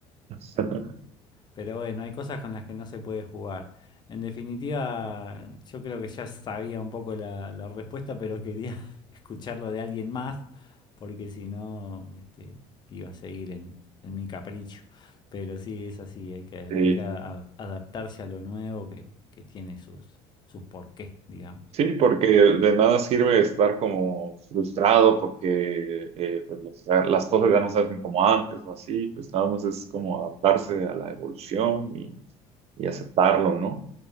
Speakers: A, on the right (about 50°); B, on the left (about 35°).
A: <laughs>
B: Pero bueno, hay cosas con las que no se puede jugar. En definitiva, yo creo que ya sabía un poco la, la respuesta, pero quería <laughs> escucharlo de alguien más, porque si no, este, iba a seguir en, en mi capricho. Pero sí, es así, hay que,
A: Sí.
B: hay que a- adaptarse a lo nuevo que, que tiene sus, sus porqués, digamos.
A: Sí, porque de nada sirve estar como frustrado porque eh, pues, los- ah, las cosas ya no se hacen como antes o así, pues nada más es como adaptarse a la evolución y, y aceptarlo, ¿no?